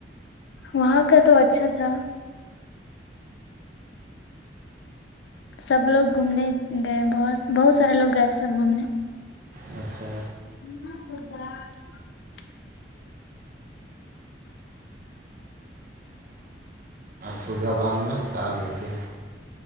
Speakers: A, on the left; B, on the right.
A: وہاں کا تو اچھا تھا سب لوگ گھومنے گئے بہت بہت سارے لوگ گئے تھے سب گھومنے
B: اچھا
A: <unintelligible>
B: سوگ باندھ میں کا دیتے